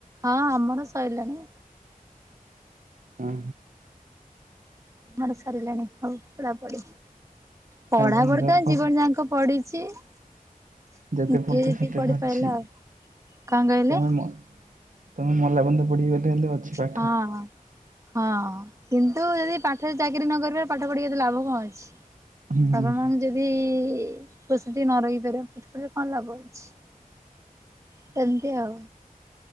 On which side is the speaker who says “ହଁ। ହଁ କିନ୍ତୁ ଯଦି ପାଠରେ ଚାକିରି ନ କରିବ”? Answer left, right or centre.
Right